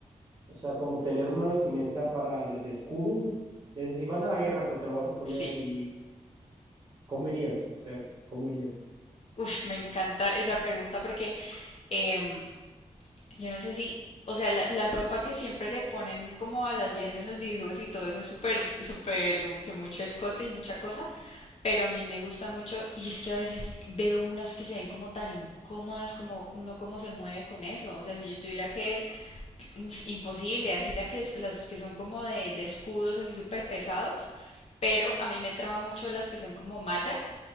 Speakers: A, on the right; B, on the left.
A: o sea, como tener una vestimenta para de, de escudo, es decir, vas a la guerra, pero te lo vas a poner
B: sí.
A: y ¿cómo irías? O sea, ¿cómo irías?
B: Uf, me encanta esa pregunta porque em, Yo no sé si, o sea, la, la ropa que siempre le ponen como a las viejas en los videojuegos y todo eso es súper, súper, como que mucho escote y mucha cosa, pero a mí me gusta mucho y es que a veces veo unas que se ven como tan incómodas, como uno cómo se mueve con eso, o sea, si yo tuviera que, es imposible, así la que, es- las que son como de, de escudos así súper pesados, pero a mí me trama mucho las que son como malla